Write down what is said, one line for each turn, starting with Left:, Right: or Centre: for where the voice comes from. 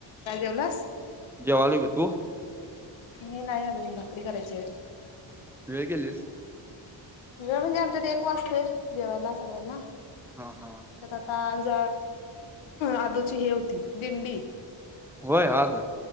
Left: काय जेवलास
Centre: जेवायलो बघ तू.
Left: मी नाही अजून भाकरी करायचे आहेत.
Centre: वेळ केेलीस?
Left: वेळ म्हणजे आमच्यात एक वाजतोय जेवायला सगळ्यांना
Centre: हा हा.
Left: त्यात आता आज आदूची हे होती दिंडी.
Centre: होय आज?